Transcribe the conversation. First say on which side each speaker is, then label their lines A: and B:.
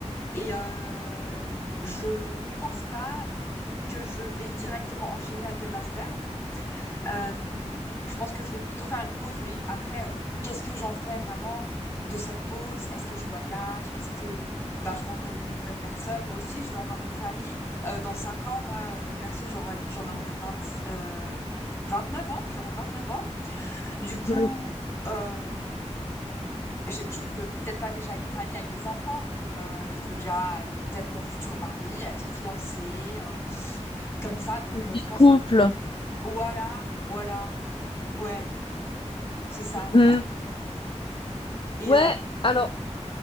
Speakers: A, on the left (about 25°); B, on the left (about 45°).
A: et euh, je ne pense pas que je vais directement enchaîner avec le master. Euh, je pense que je vais plutôt faire une pause, mais après, euh, qu'est-ce que j'en fais vraiment de cette pause? Est-ce que je voyage? Est-ce que bah, je rencontre de nouvelles personnes? Moi aussi, je veux avoir une famille. Euh, dans cinq ans, moi, euh, perso, j'aurai- j'en aurai 20, euh, neuf ans. J'aurai 29 ans. Du coup,
B: Ouais.
A: euh, je, je veux peut-être pas déjà une famille avec des enfants, mais euh, je veux déjà euh, peut-être mon futur mari, être fiancée, euh, comme ça. Donc,
B: Mhm.
A: euh,
B: Du
A: je pense,
B: couple.
A: euh, voilà, voilà, ouais. C'est ça.
B: Mhm.
A: Et
B: Ouais,
A: heu
B: alors,